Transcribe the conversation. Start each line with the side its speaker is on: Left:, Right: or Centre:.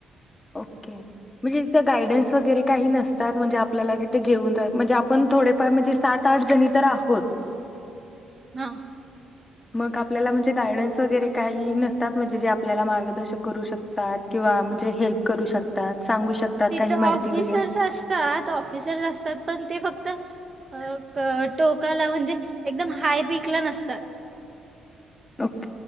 Left: ओके म्हणजे तिथे गायडन्स वगैरे काही नसतात म्हणजे आपल्याला तिथे घेऊन जा म्हणजे आपण थोडेफार म्हणजे सात आठ जणी तर आहोत
Right: हा
Left: मग आपल्याला म्हणजे गायडन्स वगैरे काही नसतात म्हणजे जे आपल्याला मार्ग करू शकतात किंवा म्हणजे हेल्प करू शकतात, सांगू शकतात
Right: तिथं
Left: काही माहिती
Right: ऑफिसर्स
Left: वगैरे?
Right: असतात ऑफिसर्स असतात पण ते फक्त अ अ टोकाला म्हणजे एकदम हाय पीकला नसतात
Left: ओ -